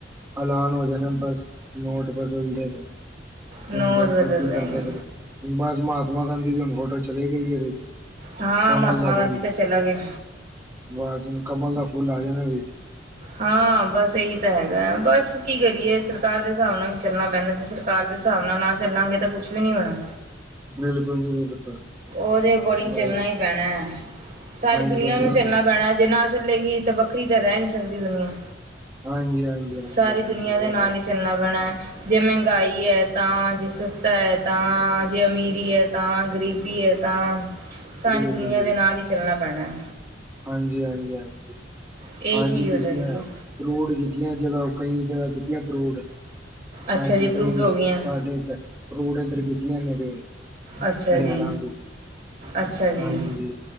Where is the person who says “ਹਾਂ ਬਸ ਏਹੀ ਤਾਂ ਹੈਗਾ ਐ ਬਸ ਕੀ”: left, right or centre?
Right